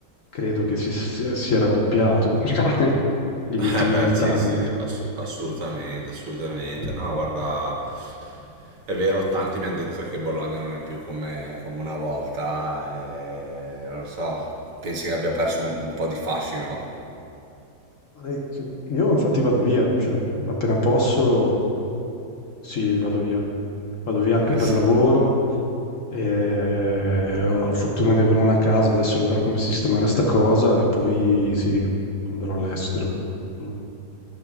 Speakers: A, on the left (about 60°); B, on the right (about 60°).
A: credo che si, si si è raddoppiato <laughs> negli
B: <laughs>
A: ultimi
B: Eh beh,
A: vent'anni.
B: sì, sì, sì, ass- assolutamente, assolutamente.
A: Mm.
B: No, guarda, è vero, tanti mi hanno detto che Bologna non è più come, come una volta, e, non lo so, pensi che abbia perso un, un po' di fascino?
A: Parecchio. Io infatti vado via, cioè appena posso, sì, vado via. Vado via anche
B: <laughs> Eh
A: per
B: sì.
A: lavoro e ho la fortuna di avere una casa, adesso vedrò come sistemare sta cosa e poi sì, andrò all'estero. Mm.